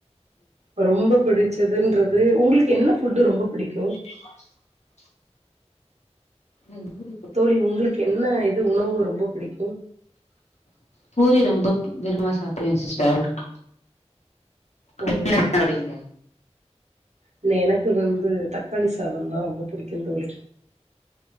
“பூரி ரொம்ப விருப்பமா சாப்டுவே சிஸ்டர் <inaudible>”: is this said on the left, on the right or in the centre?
Left